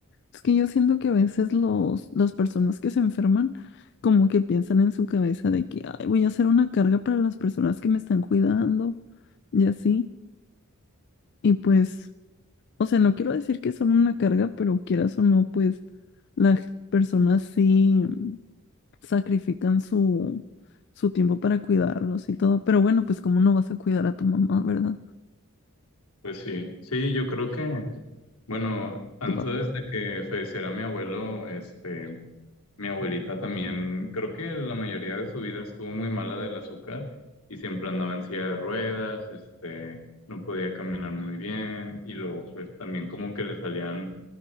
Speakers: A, on the left (about 55°); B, on the left (about 85°).
A: Es que yo siento que a veces los, las personas que se enferman como que piensan en su cabeza de que, ay, voy a hacer una carga para las personas que me están cuidando y así. Y pues, o sea, no quiero decir que son una carga, pero quieras o no, pues las personas sí mm, sacrifican su, su tiempo para cuidarlos y todo. Pero bueno, pues cómo no vas a cuidar a tu mamá, ¿verdad?
B: Pues sí, sí, yo creo que, bueno, antes
A: Tu papá.
B: de que falleciera mi abuelo, este, mi abuelita también, creo que la mayoría de su vida estuvo muy mala del azúcar y siempre andaba en silla de ruedas, este, no podía caminar muy bien y luego pues también como que le salían